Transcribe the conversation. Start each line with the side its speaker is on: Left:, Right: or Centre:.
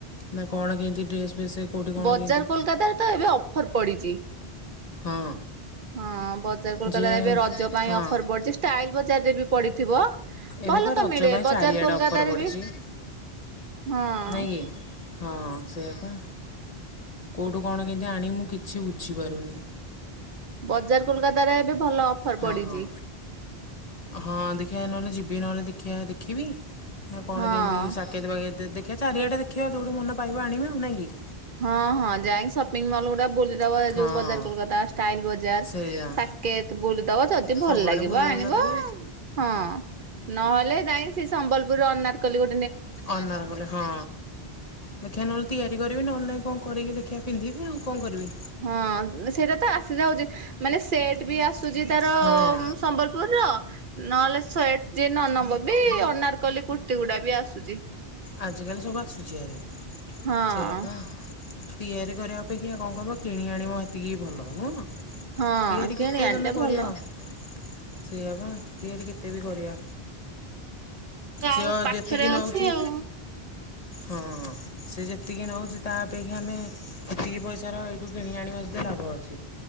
Left: ନା କଣ କେମିତି ଡ୍ରେସ୍? ଫ୍ରେସ୍ କେଉଁଠି କଣ
Right: ବଜାର
Left: କେମିତି
Right: କୋଲକତାରେ ତ ଏବେ ଅଫର ପଡିଚି।
Left: ହଁ।
Right: ହଁ। ବଜାର କୋଲକାତାରେ
Left: ଯେ
Right: ଏବେ ରଜ ପାଇଁ
Left: ହଁ
Right: ଅଫର ପଡିଚି, ଷ୍ଟାଇଲ ବଜାରରେ ବି ପଡିଥିବ। ଭଲ
Left: ଏବେ ବା
Right: ତ
Left: ରଜ
Right: ମିଳେ
Left: ପାଇଁ
Right: ବଜାର
Left: ଚାରିଆଡେ
Right: କୋଲକାତାରେ
Left: ଅଫର୍ ପଡିଛି।
Right: ବି ହଁ
Left: ନାଇଁ କି, ହଁ ସେଇଆ ବା। କୋଉଠୁ କଣ କେମତି ଆଣିବି ମୁଁ କିଛି ବୁଝିପାରୁନି।
Right: ବଜାର କୋଲକତାରେ ଏବେ ଭଲ ଅଫର୍
Left: ହଁ
Right: ପଡିଚି।
Left: ହଁ ହଁ ଦେଖିଆ ନହେଲେ ଯିବି ନହେଲେ ଦେଖିଆ ଦେଖିବି। ନା କଣ
Right: ହଁ।
Left: କେମିତି ସାକେଦ ଫାକେଦ ଦେ ଆଗେ ଚାରିଆଡ଼େ ଦେଖିବା ଯୋଉଠୁ ମନ ପାଇବ ଆଣିବି ଆଉ ନାଇଁ କି?
Right: ହଁ ହଁ ଯାଇଁକ ସପିଙ୍ଗ ମଲ୍ ଗୁଡା ବୁଲ ଦବ
Left: ହଁ
Right: ଯୋଉ ବଜାର କୋଲକାତା ଷ୍ଟାଇଲ ବଜାର
Left: ସେଇଆ
Right: ସାକେତ ବୁଲିଦବ, ଯଦି ଭଲ
Left: ସବୁଆଡ଼େ
Right: ଲାଗିବ
Left: ବୁଲି
Right: ଆଣିବ
Left: ବୁଲା ଦେବେ
Right: ହଁ ନହେଲେ ନାଇ ସେ ସମ୍ବଲପୁରର ଅନାରକଲି ଗୋ
Left: ଅନାରକଲି ହଁ, ଦେଖିଆ ନହେଲେ ତିଆରି କରିବି ନହେଲେ ନାହିଁ କଣ କରିକି ଦେଖିଆ ପିନ୍ଧିବି ଆଉ କଣ କରିବି?
Right: ହଁ ସେଇଟା ତ ଆସି ଯାଉଚି ମାନେ ସେଟ ବି ଆ ଆସୁଚି ତାର
Left: ହଁ।
Right: ସମ୍ବଲପୁରର। ନହେଲେ ସେଟ ଯଦି ନ ନବ ବି ଅନାରକଲି କୁର୍ତ୍ତିୀ ଗୁଡା ବି ଆସୁଚି।
Left: ଆଜିକାଲି ସବୁ ଆସୁଛି ଭାରି
Right: ହଁ
Left: ସେଇଆ ବା। ତିଆରି କରିବା ଅପେକ୍ଷା କଁ କରିବ, କିଣି ଆଣିବ ହେତିକି ଭଲ ନୁହଁ?
Right: ହଁ
Left: ତିଆରି କେତେ
Right: କିଣି ଆଣିଲେ
Left: ତମେ କରିବ
Right: ଭଲ।
Left: ସେଇଆ ବା ତିଆରି କେତେ ବି କରିବା।
Right: ଆଉ
Left: ସିଏ
Right: ପାଖରେ
Left: ଯେତିକି ନଉଛି
Right: ଅଛି ଆଉ।
Left: ହଁ। ସେ ଯେ ତିକି ନଉଚି ତା ଅପେକ୍ଷା ଆମେ ଏତିକି ପଇସାର ଏଇଠୁ କିଣି ଆଣିବା ଯଦି ଲାଭ ଅଛି।